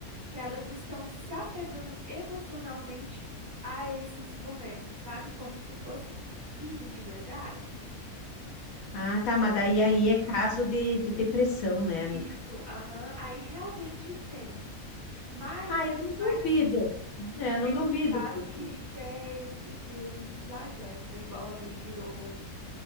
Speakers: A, on the left; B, on the left.
A: que elas estão se apegando emocionalmente a esses bonecos, sabe? Como se fosse um filho de verdade.
B: Ah, tá, mas daí
A: E
B: aí
A: aí,
B: é caso de, de depressão, né,
A: isso,
B: amiga?
A: aham, aí realmente tem. Mas,
B: Ah, eu não duvido.
A: mas assim,
B: É, eu não
A: tem
B: duvido,
A: uns casos
B: porque.
A: que, que, é, que eles exageram, né? Igual ali virou